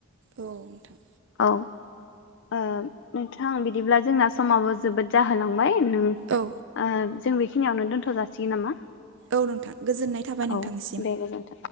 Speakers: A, on the right (about 60°); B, on the left (about 60°).
A: औ नोंथां
B: औ ओ नोंथां बिदिब्ला जोंना समाबो जोबोद जाहोलां बाय नों ओ
A: औ
B: जों बेखिनियावनो दोनथ' जासिगोन नामा!
A: औ नोंथां गोजोननाय थाबाय
B: औ
A: नोंथांनिसिम।
B: दे गोजोन्थों।